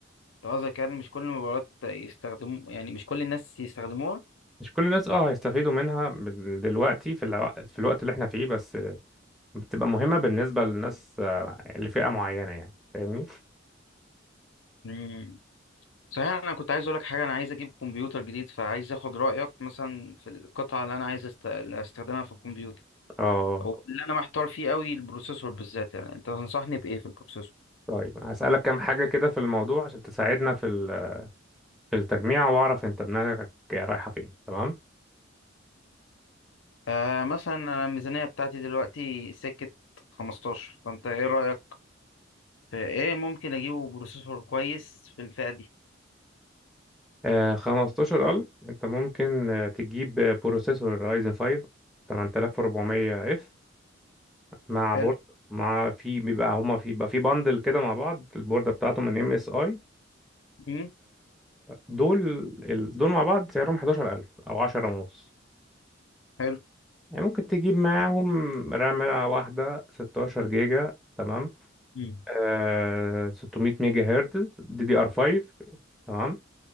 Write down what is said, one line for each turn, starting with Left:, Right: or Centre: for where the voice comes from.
Left: أنت قصدك يعني مش كل المباريات يستخدموا يعني مش كل الناس يستخدموها
Centre: مش كل الناس اه هيستفيدوا منها بال- دلوقتي في الوقت في الوقت اللي احنا فيه بس آه، بتبقى مهمة بالنسبة للناس آه، لفئة معينة يعني فاهمني
Left: مم. صحيح انا كنت عايز اقول لك حاجه انا عايز اجيب كمبيوتر جديد فعايز اخد رايك مثلا في القطعه اللي انا عايز است... اللي استخدمها في الكمبيوتر
Centre: اه
Left: او اللي انا محتار فيه قوي البروسيسور بالذات يعني انت تنصحني بايه في البروسيسور
Centre: طيب هسألك كام حاجة كده في الموضوع عشان تساعدنا في ال- في التجميع واعرف انت دماغك رايحة فين تمام
Left: آه مثلا انا الميزانيه بتاعتي دلوقتي سكه 15 فانت ايه رايك في ايه ممكن اجيبه بروسيسور كويس في الفئه دي
Centre: آه خمستاشر ألف أنت ممكن آه، تجيب آه، بروسيسور أيزن 5 8400 اف مع بورد
Left: حلو
Centre: مع في بيبقى هما في بيبقى في باندل كده مع بعض البوردة بتاعته من ام اس اي
Left: امم
Centre: دول ال- دول مع بعض سعرهم 11000 أو 10 ونص
Left: حلو
Centre: يعني ممكن تجيب معاهم رامة واحدة 16 جيجا تمام
Left: امم
Centre: آه، 600 ميجا هرتز دي دي ار 5 تمام